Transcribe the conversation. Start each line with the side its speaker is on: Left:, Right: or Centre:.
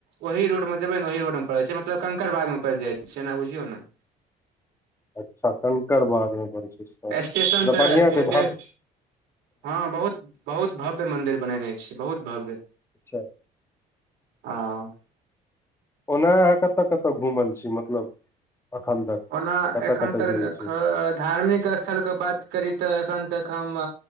Right: -ओहि रोड मे जेबै ने ओहि रोड मे पड़ै छै मतलब कंकड़बागा मे पड़ि जाइ छै, एना बुझियौ ने।
Left: अच्छा कंकरबाग में पड़ै छै। मतलब
Right: स्टेशन से
Left: बढ़िआँ छै
Right: एक, डेढ़
Left: भव्य
Right: हँ बहुत बहुत भव्य मन्दिर बनेने छै, बहुत भव्य
Left: अच्छा!
Right: हां।
Left: ओना अहाँ कतय- कतय घुमल छी मतलब। अखन तक।
Right: ओना
Left: कतऽ
Right: एखन
Left: कतऽ
Right: तक
Left: गेल छियै
Right: धार्मिक स थल के बात करी तऽ एखन तक हम